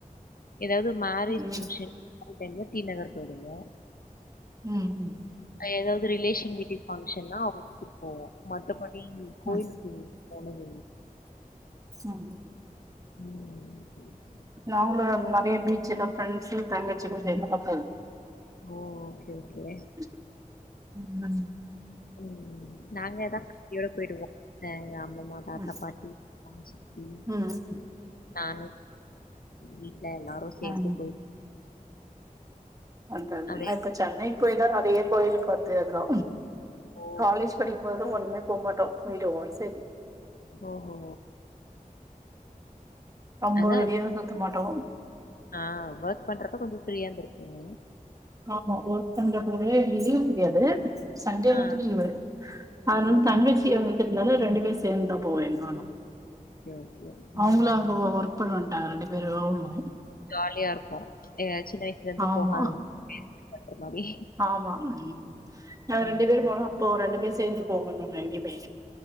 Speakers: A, on the left; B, on the right.
A: எதாது மேரேஜ்
B: ம்
A: பங்க்ஷன் அங்கருந்து டீ நகர் போயிடுங்க
B: ம் ம்
A: எதாவது ரிலேஷன் வீட்டிங் பங்க்ஷன்னா அவுங்க வீட்டுக்கு போவோ மத்தபடி கோயிலுக்கு
B: ம்
A: போனதில்ல
B: ம்
A: ம்
B: இல்ல அவங்களோட நெறைய பீச்சுல ஃப்ரெண்ட்ஸ் தங்கச்சி புருஷன் எத பாப்பாரு
A: ஓ ஓகே ஓகே
B: ம்
A: ம் நாங்கதா பட்டினியோட போயிடுவோ அம்மம்மா தாத்தா
B: ம்
A: பாட்டி சித்தப்பா சித்தி
B: ம்
A: நானு வீட்டு்ல எல்லாரு
B: ம்
A: சேந்து போயி
B: அதான்
A: அப்படியே
B: அப்ப சென்னைக்கு போயிதா நெறைய கோயிலு பாத்து வந்தோ
A: ஓ!
B: காலேஜ் படிக்கும்போது ஒண்ணுமே போக மாட்டோ விடோட சேரி
A: ஓஹோ!
B: ரொம்ப
A: அதான்
B: வெளியளா சுத்த மாட்டோ
A: ஆ ஒர்க் பண்றப்ப கொஞ்சோ ஃப்ரீயா இருந்துருப்பீங்க
B: ஆமா ஒரு ஓர்க் பண்றப்ப லீவு கிடையாது சண்டே
A: ஆ.
B: மட்டு லீவு ஆனாலு
A: ஆ.
B: தங்கச்சி வந்துருக்கிறதுனால ரெண்டு பேர் சேர்ந்துந்தா போவோ எங்கவேணாலு
A: ஓகே, ஓகே.
B: அவுங்களு
A: ம்.
B: அங்க ஒர்க் பண்ணட்டாங்க ரெண்டு பேரும் ஓடனு
A: ஜாலியா இருக்கு சின்ன வயசுல இருந்து
B: ஆமா
A: போகாதது இது பண்ற மாரி
B: ஆமா ம் நாங்க
A: ம்.
B: ரெண்டு பேரும் போறோ அப்போ ரெண்டு பேரும் சேர்ந்து போகணு ரெண்டு பேரு